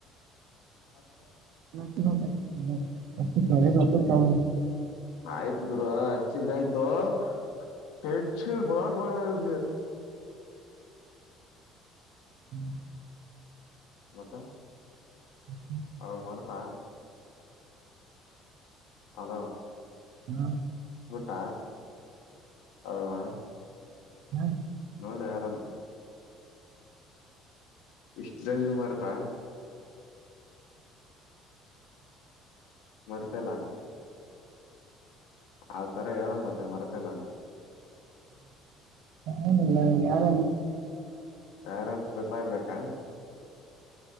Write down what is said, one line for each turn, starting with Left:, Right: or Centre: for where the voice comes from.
Left: ಹ
Right: ಇ ಅ ಕಡೆ ಪ್ರಪ ಹೌ
Left: ಆಯ್ತ್ ಗುರು ಹಚ್ಚಿದ್ರ ಆಯ್ತು ಬಾ ಮಾಡ ನಮಗೆ
Right: ಹ್ಮ್
Left: ಮತ್ತ
Right: ಹ್ಮ
Left: ಅವಳ ಮರ್ತಾ ಹಲೋ
Right: ಹ್ಮ
Left: ಹಾ ಅವಳನಾ
Right: ಹ್ಮ
Left: ಹೌದ ಯಾರಂತ ಇಷ್ಟಲ್ಲಿ ಮರ್ತಾ ಮರ್ತಲ್ಲಾ ಆ ತರ ಹೇಳ ಮತ್ತೆ ಮರ್ತಲ್ಲ ಅಂತ
Right: ಹ ಯಾರ
Left: ಯಾರಂತ ಗೊತ್ತಾಗ್ಬೇಕಾ